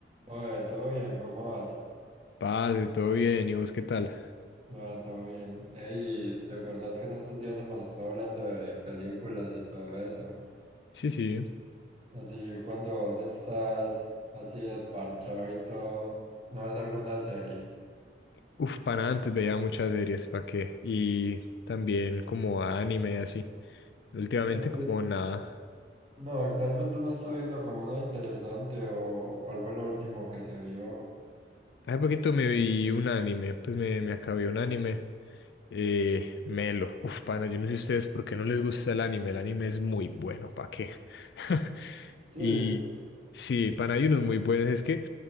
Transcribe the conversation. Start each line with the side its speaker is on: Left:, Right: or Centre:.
Right: Oye, todo bien, ¿cómo vas?
Left: Parce, todo bien, ¿y vos qué tal?
Right: Bueno, todo bien. Ey, ¿te acordás que en estos días hemos estado hablando de películas y todo eso?
Left: Sí, sí.
Right: Así, cuando vos estás así desparchado y todo, ¿no ves alguna serie?
Left: Uf, para antes veía muchas series, ¿para qué? Y también como anime y así. Últimamente
Right: Actu-
Left: como nada.
Right: no, actualmente no estoy viendo como nada interesante o, o cuál fue lo último que se vio.
Left: Hace poquito me vi un anime, pues me, me acabé un anime. Eh, Melo. Uf, pana, yo no sé ustedes por qué no les gusta el anime. El anime es muy bueno, ¿para qué? <laughs>
Right: Sí,
Left: Y sí, pana, hay unos muy buenos. Es que,